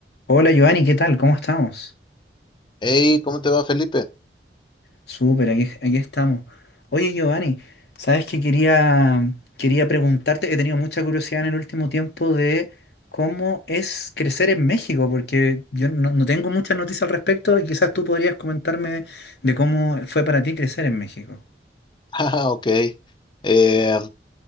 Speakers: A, on the left (about 65°); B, on the left (about 25°).
A: Hola Giovanni, ¿qué tal? ¿Cómo estamos?
B: Hey, ¿cómo te va, Felipe? <laughs>
A: Súper, aquí, aquí estamos. Oye Giovanni, ¿sabes que quería, quería preguntarte? He tenido mucha curiosidad en el último tiempo de cómo es crecer en México, porque yo no, no tengo muchas noticias al respecto y quizás tú podrías comentarme de cómo fue para ti crecer en México.
B: Ah, ok. Eh,